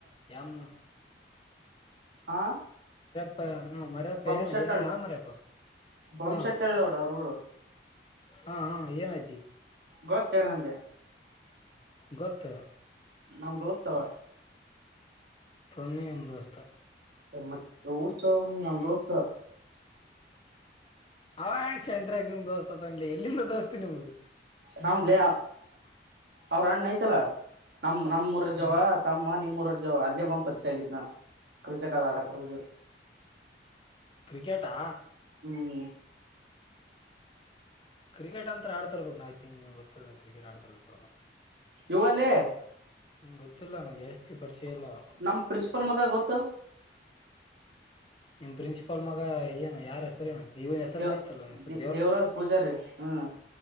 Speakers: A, on the left; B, on the right.
A: ಯಾಮ್
B: ಹಾ
A: ಹಾ ಹಾ ಮರ ಪಪ್ಪ
B: ಬೊಮ್ಶೆಟ್ಟಳ್ಳಿ
A: ಯನ ಯ ಯ ಮರಪ
B: ಬೊಮ್ಶೆಟ್ಟಳ್ಳಿ
A: ಹಾ
B: ನೋಡ ಅವ್ರ ಊರು
A: ಹಾ ಹಾ ಏನಯ್ತಿ
B: ಗೊತ್ತೇ ಏನುವಂಡೆ
A: ಗೊತ್ತು
B: ನಮ್ ದೋಸ್ತಾವ
A: ತೊಣ್ಣಿ ಇಂಡೋನ್ಸ
B: ಮತ್ತೆ ಉತ್ಸವ ಹಾವ ದೋಸ್ತ
A: ಅವ ಶಂಟ್ರಾಗ ನಿಮ ದೋಸ್ತ ತನ್ಲಿ ಎಲ್ಲಿಂದ ದೋಸ್ತಿ ನಿಮ್ಗೆ
B: ನಾನು ಲೀ ಅವರು ಅಣ್ಣ ಆಯ್ತು ಅಲ್ಲ ನಮ್ಮ್ ನಮ್ಮ್ಊರಜವ
A: ಹ
B: ತಮ್ಮ ನಿಮ್ಮ ಊರಜ ಅಲ್ಲಿಯ ಬಂಬ್ ಪರಿಚಯ ಆಗಿದನಾ ಕ್ರಿಕೆಟ್ ಆದದು ಆಡಕ್ಡ
A: ಕ್ರಿಕೆಟಾ
B: ಹ್ಮ್
A: ಕ್ರಿಕೆಟ್ ಅಂತ ಆಡ್ತರ್ಬೇಕು ನ್ಂಗ ಗೊತ್ತ ಕ್ರಿಕೆಟ್ ಆಡ್ತರ್ಬೇಕು
B: ಇವಲ್ಲಿ
A: ಹ್ಮ್ ಗೊತ್ತಿಲ್ಲಾ ಜಾಸ್ತಿ ಪರಿಚಯ ಇಲ್ಲ
B: ನಮ್ಮ್ ಪ್ರಿನ್ಸಿಪಲ್ ಮಗ ಗೊತ್ತು
A: ನಿಮ್ಮ ಪ್ರಿನ್ಸಿಪಲ್ ಮಗ ಏನು ಯಾರ ಹೆಸರು ಏನು ಇವನ್ ಹೆಸರೇನ
B: ದೇವ
A: ಐತಲ್ಲ ಹೆಸರು
B: ದೇವ್ ದೇವರಾಜ್ ಪೂಜಾರಿ ಹ್ಮ್